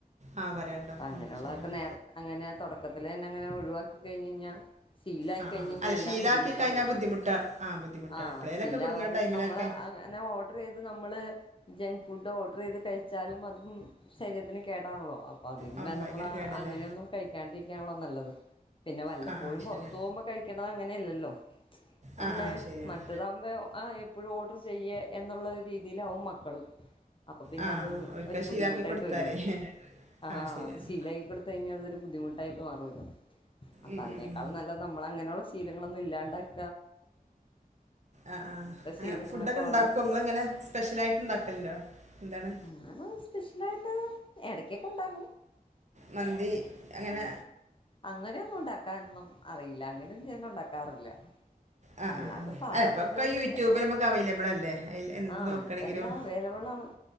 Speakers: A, on the right; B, on the left.
A: ആ പറയണ്ടോ
B: അങ്
A: ഉം,
B: ങനെയുള്ളതൊക്കെ
A: ശരിയാണ്
B: നേർ അങ്ങനെ തുടക്കത്തിലെന്നെ അങ്ങനെ ഒഴിവാക്കി കഴിഞ്ഞ് കഴിഞ്ഞാൽ ശീലായി
A: ആ
B: കഴിഞ്ഞയിഞ്ഞാ
A: ആ അല്ല
B: എല്ലാം
A: ശീലാക്കി
B: ബുദ്ധിമുട്ടാവൂലോ
A: കഴിഞ്ഞാൽ ബുദ്ധിമുട്ടാ ആ ബുദ്ധിമുട്ടാണ്
B: ആഹ്
A: എപ്പോഴേലൊക്കെ
B: ശീലാവാതെ
A: കൊടുക്കുന്ന ടൈമിലൊക്കെ
B: നമ്മളെ അങ്ങനെ ഓ ഡർ ചെയ്ത് നമ്മള് ജങ്ക് ഫുഡ് ഓർഡർ ചെയ്ത് കഴിച്ചാലും അതും ശരീരത്തിന് കേടാണല്ലോ അപ്പ അതിലും
A: ആ
B: ഭേദം
A: ഭയങ്കര
B: നമ്മൾ
A: കേടല്ലേ
B: അങ്ങനെയൊന്നും കഴിക്കാണ്ടിരിക്കാണല്ലോ നല്ലത് പിന്നെ വല്ലപ്പോഴും
A: ആ ആ ശരിയാണ്
B: പൊറത്ത്പോകുമ്പ കഴിക്കണത് അങ്ങനെയല്ലല്ലോ നമ്മള്
A: ആ ആ ശരിയാണ്
B: മറ്റതാവുമ്പേ ആ എപ് പ്പഴും ഓഡർ ചെയ്യ എന്നുള്ള രീതിലാവും മക്കളും അപ്പൊ പിന്നെ
A: ആ
B: അത്
A: ഒരിക്കൽ
B: ഒരു ബുദ്ധിമുട്ടായിട്ട്
A: ശീലാക്കി കൊടുത്താലേ
B: വരൂല്ലോ ആഹ്
A: ആ ശരിയാണ്
B: അത് ശീലായി കൊടുത്തു കഴിഞ്ഞാൽ അത് ഒരു ബുദ്ധിമുട്ടായിട്ട് മാറുമല്ലോ അപ്പൊ
A: ഉം,
B: അതിനേക്കാളും
A: ഉം, ഉം.
B: നല്ലത് നമ്മളങ്ങനെയുള്ള ശീലങ്ങളൊന്നും ഇല്ലാണ്ടാക്
A: ആഹ് ആഹ്
B: അങ്ങനത്തെ
A: അങ്ങനെ
B: ശീലങ്ങളൊക്കെ
A: ഫുഡൊക്കെ ഇണ്ടാക്ക്വോ
B: വളർ
A: നിങ്ങളങ്ങനെ സ്പെഷ്യലായിട്ട്ണ്ടാക്കല്ണ്ടോ എന്താണ്
B: ആഹ് സ്പെഷ്യലായിട്ട് എടക്കെക്കെ ഉണ്ടാക്കും
A: മന്തി അങ്ങനെ
B: അങ്ങനെയൊന്നും ഉണ്ടാക്കാനൊന്നും അറിയില്ല അങ്ങനൊന്നും ഞാൻ ഉണ്ടാക്കാറില്ല
A: ആ
B: അല്ലാതെ
A: ആ ആ
B: സാധാ
A: അല്ല ഇപ്പൊ
B: ഫുഡുകളെക്കെയാ
A: ഒക്കെ യൂട്യൂബിൽ നമുക്ക് അവൈലബിൾ അല്ലേ അതിൽ എന്ത്
B: ആഹ്
A: നോക്കണെങ്കിലും
B: എന്തെല്ലാം അവെയ്ലബിളാണ്